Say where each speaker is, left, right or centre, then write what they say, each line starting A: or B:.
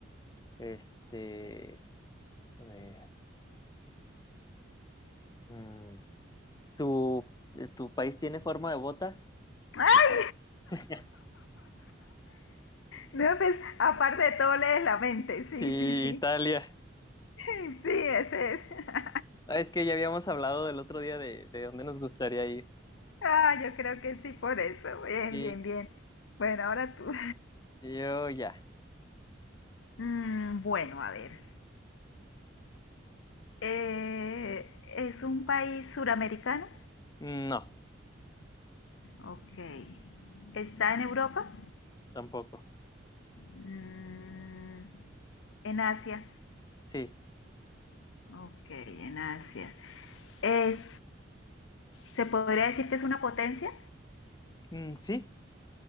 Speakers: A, on the left; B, on the left.
A: Este. eh, mm, ¿su- eh, ¿tu país tiene forma de bota?
B: ¡Ay!
A: <laughs>
B: No, pues, aparte de todo, lees la mente. Sí,
A: Sí,
B: sí, sí.
A: Italia.
B: <laughs> Sí, ese es. <laughs>
A: Ah, Es que ya habíamos hablado del otro día de, de dónde nos gustaría ir.
B: Ah, yo creo que sí, por eso. Bien,
A: Sí,
B: bien, bien. Bueno, ahora tú. <laughs>
A: yo ya.
B: Mm, bueno, a ver. Eh, ¿es un país suramericano?
A: No,
B: Ok. ¿Está en Europa?
A: tampoco.
B: Mm, en Asia.
A: Sí.
B: Ok, en Asia. Es- ¿se podría decir que es una potencia?
A: Mm, ¿sí?